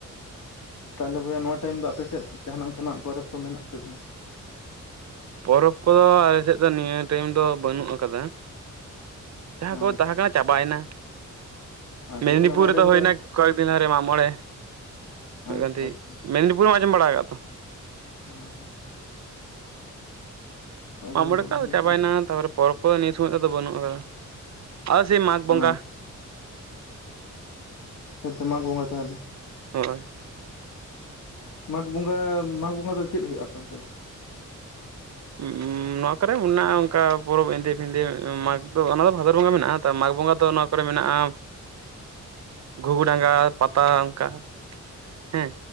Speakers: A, on the left; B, on the right.
A: ᱛᱟᱦᱞᱮ ᱵᱚᱭᱦᱟ ᱱᱚᱣᱟ ᱴᱟᱭᱤᱢ ᱫᱚ ᱟᱯᱮ ᱥᱮᱫ ᱡᱟᱦᱟᱱᱟᱜ ᱚᱱᱠᱟᱱᱟᱜ ᱯᱚᱨᱚᱵᱽ ᱠᱚ ᱢᱮᱱᱟᱜ ᱟᱥᱮ ᱵᱟᱝᱟ?
B: ᱯᱚᱨᱚᱵᱽ ᱠᱚᱫᱚ ᱟᱞᱮ ᱥᱮᱫ ᱫᱚ ᱱᱤᱭᱟᱹ ᱴᱟᱭᱤᱢ ᱫᱚ ᱵᱟᱹᱱᱩᱜ ᱟᱠᱟᱫᱟ᱾ ᱡᱟᱦᱟᱸ
A: ᱟᱪᱪᱷᱟ
B: ᱠᱚ ᱛᱟᱦᱮᱸ ᱠᱟᱱᱟ ᱪᱟᱵᱟᱭᱮᱱᱟ᱾
A: ᱟᱪᱪᱷᱟ
B: ᱢᱮᱫᱽᱱᱤᱯᱩᱨ
A: ᱛᱟᱦᱚᱞᱮ ᱱᱚᱣᱟ
B: ᱨᱮᱫᱚ
A: ᱴᱟᱭᱤᱢ
B: ᱦᱩᱭᱱᱟ
A: ᱫᱚ
B: ᱠᱚᱭᱮᱠ ᱫᱤᱱ ᱞᱟᱦᱟᱨᱮ ᱢᱟᱜ ᱢᱚᱬᱮ᱾ ᱦᱩᱭ
A: ᱟᱪᱪᱷᱟ
B: ᱠᱟᱹᱴᱤᱡ
A: ᱟᱪᱪᱷᱟ
B: ᱢᱮᱫᱽᱱᱤᱯᱩᱨ ᱨᱮᱢ ᱟᱸᱡᱚᱢ ᱵᱟᱲᱟ ᱠᱟᱜ ᱛᱚ?
A: ᱦᱮᱸ ᱦᱮᱸ ᱟᱸᱡᱚᱢ
B: ᱢᱟᱜ ᱢᱚᱬᱮ
A: ᱵᱟᱲᱟ
B: ᱠᱚ ᱟᱫᱚ
A: ᱦᱩᱭ
B: ᱪᱟᱵᱟᱭᱱᱟ ᱛᱟᱨᱯᱚᱨᱮ ᱯᱚᱨᱚᱵᱽ ᱠᱚᱫᱚ ᱱᱤᱭᱟᱹ ᱥᱚᱢᱚᱭ ᱫᱚ ᱵᱟᱹᱱᱩᱜ ᱟᱠᱟᱫᱟ᱾ ᱟ ᱥᱮ ᱢᱟᱜᱽ
A: ᱠᱟᱱᱟ
B: ᱵᱚᱸᱜᱟ
A: ᱦᱮᱸᱛᱚ ᱢᱟᱜᱽ ᱵᱚᱸᱜᱟ ᱛᱟᱦᱚᱞᱮ᱾
B: ᱦᱳᱭ᱾
A: ᱢᱟᱜᱽ ᱵᱚᱸᱜᱟ ᱢᱟᱜᱽ ᱵᱚᱸᱜᱟ ᱫᱚ ᱪᱮᱫ ᱦᱩᱭᱩᱜᱼᱟ ᱟᱯᱮ ᱚᱱᱛᱮ
B: ᱩᱸᱻ ᱦᱩᱸ ᱱᱚᱣᱟ ᱠᱚᱨᱮ ᱢᱮᱱᱟᱜᱼᱟ ᱚᱱᱠᱟ ᱯᱚᱨᱚᱵᱽ ᱤᱱᱤᱫᱤ ᱯᱷᱤᱱᱸᱫᱤ ᱢᱟᱜᱽ ᱫᱚ ᱚᱱᱟ ᱫᱚ ᱵᱷᱟᱫᱚᱨ ᱵᱚᱸᱜᱟ ᱢᱮᱱᱟᱜᱼᱟ ᱛᱚ ᱢᱟᱜᱽ ᱵᱚᱸᱜᱟ ᱫᱚ ᱱᱚᱣᱟ ᱠᱚᱨᱮ ᱢᱮᱱᱟᱜᱼᱟ ᱜᱩᱜᱩᱰᱟᱸᱜᱟ ᱯᱟᱛᱟ ᱚᱱᱠᱟ ᱦᱮᱸ